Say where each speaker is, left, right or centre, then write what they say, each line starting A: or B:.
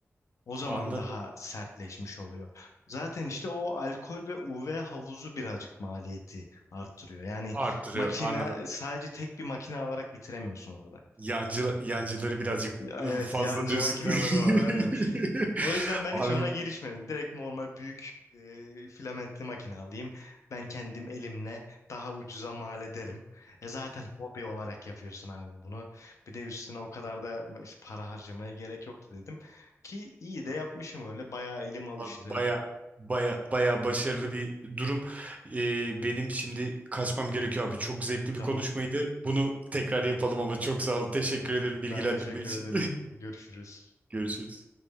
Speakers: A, on the left; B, on the right.
A: O zaman
B: Anladım.
A: daha sertleşmiş oluyor. Zaten işte o alkol ve UV havuzu birazcık maliyeti arttırıyor. Yani
B: Arttırıyor
A: makine
B: anladım.
A: sadece tek bir makine alarak bitiremiyorsun orada.
B: Yancı, yancıları birazcık
A: Evet
B: fazla
A: yancı
B: diyorsun.
A: makineleri var
B: <laughs>
A: aynen. O yüzden ben
B: Abi
A: hiç ona girişmedim. Direkt normal büyük e, filamentli makine alayım. Ben kendim elimle daha ucuza mal ederim. E zaten hobi olarak yapıyorsun abi bunu. Bir de üstüne o kadar da işte para harcamaya gerek yoktu dedim. Ki iyi de yapmışım öyle. Bayağı elim alıştı.
B: Baya baya baya başarılı bir durum. Ee, benim şimdi kaçmam gerekiyor abi. Çok zevkli
A: Tamam.
B: bir konuşmaydı. Bunu tekrar yapalım ama çok sağ ol. Teşekkür ederim
A: Ben
B: bilgilendirme
A: teşekkür
B: için.
A: ederim. Görüşürüz.
B: <laughs> Görüşürüz.